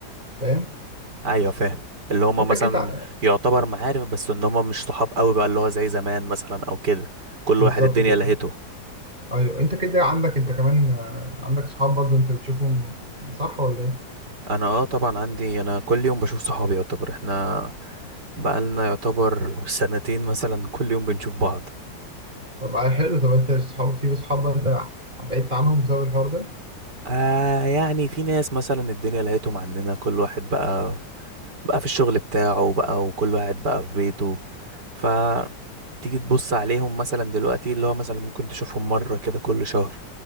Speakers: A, on the right; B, on the right.
A: فاهم
B: ايوه فاهم اللي هما
A: انت
B: مثلا
A: كده ع-
B: يعتبر معارف بس ان هما مش صحاب قوي بقى اللي هو زي زمان مثلا او كده كل
A: بالظبط
B: واحد الدنيا
A: كده
B: لهيته
A: ايوه انت كده عندك انت كمان آه، عندك صحاب برضو انت بتشوفهم صح ولا ايه
B: انا اه طبعا عندي انا كل يوم بشوف صحابي يعتبر احنا بقالنا يعتبر سنتين مثلا كل يوم بنشوف بعض
A: طب آه، حلو طب انت صحاب في صحاب بقى انت بعدت عنهم بسبب الحوار ده
B: آه يعني في ناس مثلا الدنيا لقيتهم عندنا كل واحد بقى بقى في الشغل بتاعه بقى وكل واحد بقى في بيته فتيجي تبص عليهم مثلا دلوقتي اللي هو مثلا ممكن تشوفهم مرة كده كل شهر